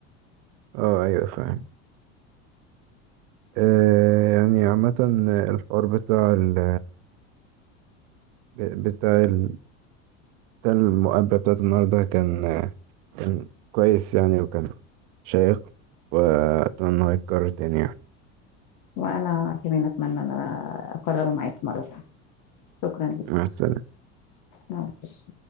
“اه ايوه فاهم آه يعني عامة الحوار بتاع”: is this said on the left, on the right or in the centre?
Right